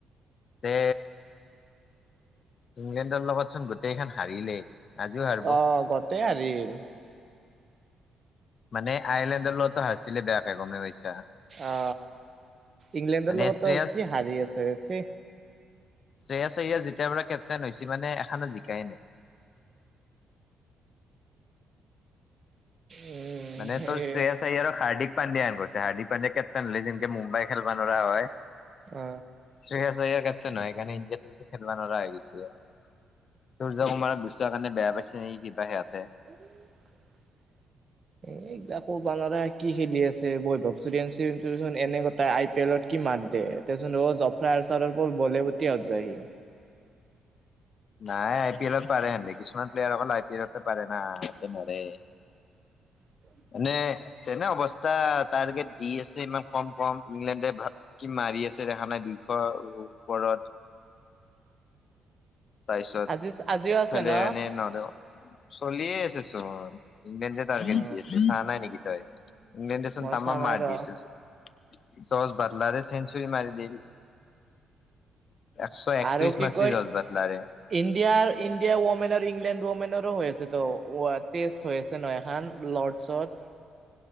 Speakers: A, on the left (about 55°); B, on the right (about 40°).
A: তে, ইংলেণ্ডৰ লগতচোন গোটেইখান হাৰিলেই। আজিও হাৰিব
B: অ গোটেই হাৰিল।
A: মানে আইলেণ্ডৰ লগতো হাৰছিলে বেয়াকে গমেই পাইছা।
B: অ, ইংলেণ্ডৰ
A: মানে
B: লগতো
A: শ্ৰেয়াছ
B: কি হাৰি আছে, ছি।
A: শ্ৰেয়াছ আইয়াৰ যেতিয়াৰ পৰা কেপ্টেইন হৈচি মানে এখানো জিকাই নাই।
B: উম।
A: মানে
B: সেই
A: ত শ্ৰেয়াছ আইয়াৰক হাৰ্দিক পাণ্ডিয়া হেন কৰছে, হাৰ্দিক পাণ্ডিয়া কেপ্টন হলি যেনেকে মুম্বাই খেলবা নৰা হয়।
B: অ।
A: শ্ৰেয়াস আয়াৰ কেটেইন হই সেইকাৰনে ইণ্ডিয়া টিমটো খেলব নোৰা হৈ গেইচি সূৰ্য কুমাৰক গুচোৱাৰ কাৰণে বেয়া পাইচি নেকি কিবা সিহঁতে-
B: উ <unintelligible> এ আকৌ বানাৰা কি খেলি আছে বৈভৱ চ <unintelligible> এনে গটাই আই পি এলত কি মাত দে। তেচোন ৰ 'জাত্ৰ অফৰা আৰ চাল প বলেবুতি আত যায়ি।
A: নাই, আই পি এলত পাৰে হেনধে কিছুমান প্লেয়াৰ অকল আই পি এলতে পাৰে। না হেতে নৰে।
B: উম। <unintelligible>
A: এনে তেনে অৱস্থা টাৰ্গেট দি আছে ইমান কম কম ইংলেণ্ডে ভাল- কি মাৰি আছে দেখা নাই দুইশ ওপৰত। তাৰপিছত,
B: আজি আজিও, আছে
A: ফালে
B: ন
A: এনে নোৱাৰো। চলিয়ে আছে চোন ইংলেণ্ডে তাৰগেত
B: অ
A: দি আছে, চোৱা নাই নেকি তই? ইংলেণ্ডে চোন
B: মই
A: তামাম
B: চোৱা নাই
A: মাৰডি
B: ৰ
A: আছে ছো, চছ বাদলাৰে চেঞ্জ- মাৰ দি, একশ একত্ৰিছ
B: আৰু কি
A: মাৰছি
B: কয়
A: বাটলাৰে
B: ইণ্ডিয়াৰ ইণ্ডিয়া ওমেন আৰু ইংলেণ্ড ওমেনৰো হৈ আছে ত অ আ তেচ- থৈ আছে ন, এখান লৰ্ডছত-